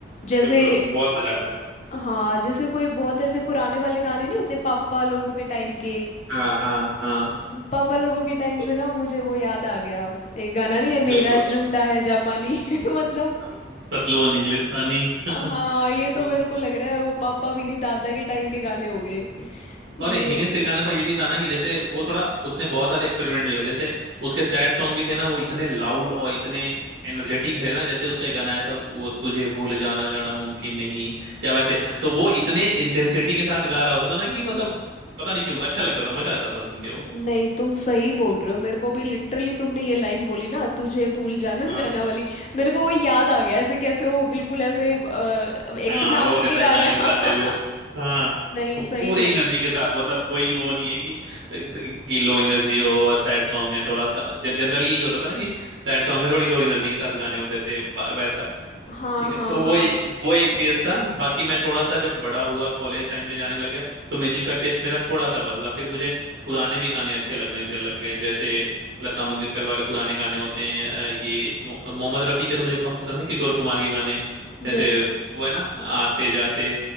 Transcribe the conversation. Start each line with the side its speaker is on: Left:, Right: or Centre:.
Left: जैसे
Right: बिल्कुल बहुत मजा आता है
Left: हाँ जैसे कोई बहुत ऐसे पुराने वाले गाने नहीं होते पापा लोगों के टाइम के
Right: हाँ हाँ हाँ
Left: पापा लोगों के टाइम
Right: तो
Left: से ना मुझे वो याद आ गया एक गाना नहीं है मेरा
Right: बिल्कुल
Left: जूता है जापानी <laughs> मतलब
Right: अब पतलू और इंग्लिस्तानी <laughs>
Left: हाँ
Right: हाँ,
Left: ये तो मेरे को लग रहा है वो पापा भी नहीं दादा के टाइम के गाने हो गए
Right: और
Left: ये
Right: हिमेश के गाने का ये भी था ना कि जैसे वो थोड़ा उसने बहुत सारे एक्सपेरिमेंट भी करे जैसे उसके सैड सॉन्ग भी थे ना वो इतने लाउड और इतने एनर्जेटिक थे ना जैसे उसका एक गाना आया था वो तुझे भूल जाना जाना मुमकिन नहीं या वैसे तो वो इतने इंटेंसिटी के साथ गा रहा होता था ना कि मतलब पता नहीं क्यों अच्छा लगता था मजा आता था सुन के
Left: नहीं तुम सही बोल रहे हो मेरे को भी लिटरली तुमने ये लाइन बोली ना तुझे भूल जाना
Right: वो
Left: जाना वाली मेरे को वो याद आ गया ऐसे कैसे हो बिल्कुल ऐसे अ, एक
Right: हाँ
Left: तो नाक
Right: रो देता
Left: में
Right: है
Left: गा
Right: गाने
Left: रहे
Right: में
Left: हैं
Right: गाते हुए हाँ
Left: <laughs> नहीं
Right: वो
Left: सही
Right: पूरे
Left: में
Right: एनर्जी के साथ मतलब कोई वो नहीं है कि कि लो एनर्जी हो और सैड सॉन्ग है थोड़ा सा जनरली यही होता था ना कि सैड सॉन्ग में थोड़ी लो एनर्जी के साथ गाने होते थे बा- वैसा
Left: हाँ
Right: ठीक है
Left: हाँ
Right: तो वो
Left: हाँ
Right: वो एक फेज था बाकी मैं थोड़ा सा जब बड़ा हुआ कॉलेज टाइम में जाने लग गया तो म्यूजिक का टेस्ट मेरा थोड़ा सा बदला फिर मुझे पुराने भी गाने अच्छे लगने दे- लग गए जैसे लता मंगेशकर वाले पुराने गाने होते हैं अ, ये मो- मोहम्मद रफी के तो मुझे कम पसंद है किशोर कुमार के गाने जैसे
Left: जैसे
Right: वो है ना आते जाते